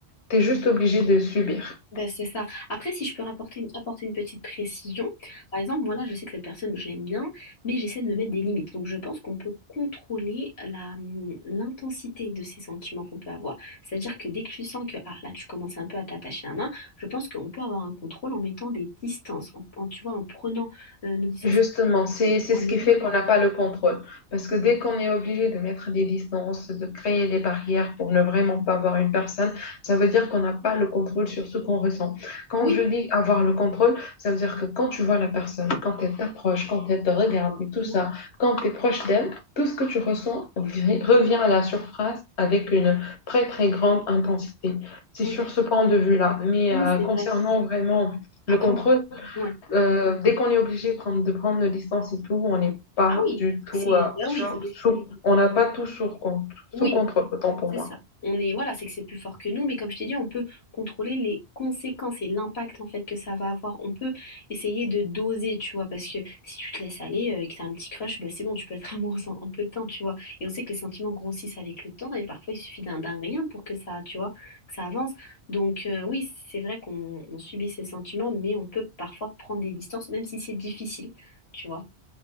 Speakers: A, on the left (about 80°); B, on the left (about 70°).
A: Tu es juste obligé de subir.
B: Ben, c'est ça. Après, si je peux rapporter une- apporter une petite précision, par exemple, moi là, je sais que cette personne, je l'aime bien, mais j'essaie de me mettre des limites. Donc, je pense qu'on peut contrôler la, hum, l'intensité de ces sentiments qu'on peut avoir. C'est-à-dire que dès que tu sens que ah, là, tu commences un peu à t'attacher à un nain, je pense qu'on peut avoir un contrôle en mettant des distances, en, en- tu vois, en prenant euh, nos distances
A: Justement, c'est c'est
B: en
A: ce
B: évitant.
A: qui fait qu'on n'a pas le contrôle. Parce que dès qu'on est obligé de mettre des distances, de créer des barrières pour ne vraiment pas voir une personne, ça veut dire qu'on n'a pas le contrôle sur ce qu'on ressent. Quand
B: Oui,
A: je dis avoir le contrôle, ça veut dire que quand tu vois la personne, quand elle t'approche, quand elle te regarde et tout
B: mhm,
A: ça, quand tu es proche d'elle, tout ce que tu ressens vi- revient à la surface avec une très très grande intensité. C'est
B: oui,
A: sur ce point de vue-là. Mais
B: oui,
A: euh,
B: c'est
A: concernant
B: vrai.
A: vraiment
B: Après,
A: le contrôle,
B: on- ouais.
A: euh, dès qu'on est obligé de prendre, de prendre nos licences et tout, on n'est pas
B: Ah oui,
A: du tout
B: c'est,
A: euh,
B: bah
A: sur,
B: oui, c'est-
A: sous- on n'a pas tout sur, con-
B: oui,
A: sous contrôle, autant pour
B: C'est
A: moi.
B: ça. On est, voilà, c'est que c'est plus fort que nous, mais comme je t'ai dit, on peut contrôler les conséquences et l'impact en fait que ça va avoir. On peut essayer de doser, tu vois, parce que si tu te laisses aller, euh, que t'as un petit crush, bah c'est bon, tu peux être <laughs> amoureuse en, en peu de temps, tu vois. Et on sait que les sentiments grossissent avec le temps, et parfois il suffit d'un d'un rien pour que ça, tu vois, que ça avance. Donc euh, oui, c'est vrai qu'on on subit ces sentiments, mais on peut parfois prendre des distances, même si c'est difficile, tu vois.